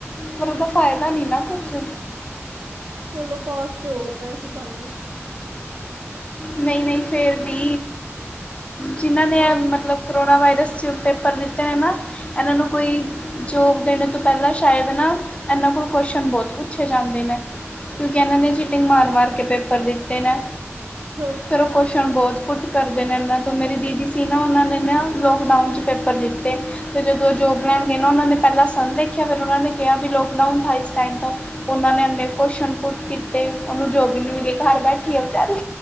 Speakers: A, on the left (about 25°); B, on the right (about 60°).
A: ਪਰ ਓਦਾ ਫਾਏਦਾ ਨੀ ਨਾ ਕੁਛ।
B: ਚਲੋ ਪਾਸ ਤੇ ਹੋ ਗੇ ਨਾ, ਇਸੀ ਬ੍ਹਾਨੇ।
A: ਨਈ-ਨਈ ਫੇਰ ਵੀ, ਜਿਨ੍ਹਾਂ ਨੇ
B: ਹਾਂ
A: ਮਤਲਬ ਕਰੋਣਾ ਵਾਏਰਸ ਚ, ਪੇਪਰ ਦਿੱਤੇ ਨੇ ਨਾ ਐਨਾਂ ਨੂੰ ਕੋਈ ਜੋਬ ਦੇਣੇ ਤੋਂ ਪੈਲਾਂ ਸ਼ਾਏਦ ਨਾ ਐਨਾਂ ਕੋਲੋ਼ ਕੋਸ਼ਨ ਬੋਤ ਪੁੱਛੇ ਜਾਂਦੇ ਨੇ। ਕਿਉਂਕਿ ਐਨਾਂ ਨੇ ਚੀਟਿੰਗ ਮਾਰ-ਮਾਰ ਕੇ ਪੇਪਰ ਦਿੱਤੇ ਨੇ।
B: ਅੱਛਾ।
A: ਫੇਰ ਓ ਕੋਸ਼ਣ ਬੋਤ ਪੁਟ ਕਰਦੇ ਨੇ ਐਨਾਂ ਤੋਂ, ਮੇਰੀ ਦੀਦੀ ਸੀ ਨਾ ਓਨਾਂ ਨੇ ਨਾ ਲੋਕਡਾਊਨ ਚ ਪੇਪਰ ਦਿੱਤੇ ਫੇਰ ਜਦੋਂ ਓ ਜੋਬ ਲੈਣ ਗਏ ਨਾ, ਓਨਾਂ ਨੇ ਪੈਲਾਂ ਸਾੰਨ ਦੇਖੇਆ ਫੇਰ ਓਨਾਂ ਨੇ ਕੈਆ ਵੀ ਲੋਕਡਾਊਨ ਥਾਂ ਈਸ ਟਾਈਮ ਤੋ। ਔਨਾਂ ਨੇ ਐਨੇ ਕੋਸ਼ਨ ਪੁੱਟ ਕੀਤੇ, ਓਨੂ ਜੋਬ ਈ ਨੀ ਮਿਲੀ ਘਾਰ ਬੈਠੀ ਆ ਵਿਚਾਰੀ।